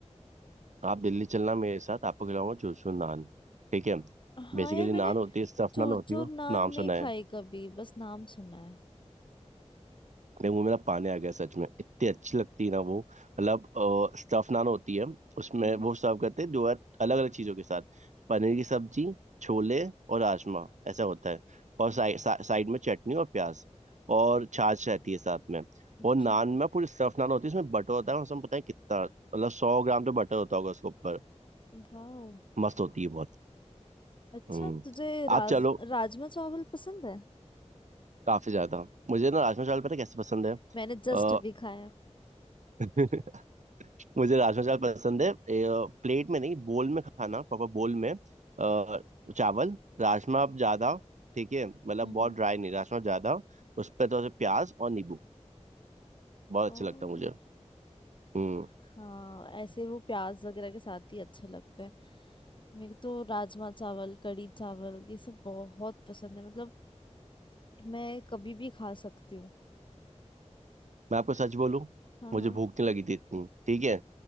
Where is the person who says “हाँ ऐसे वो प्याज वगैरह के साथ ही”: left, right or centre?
Left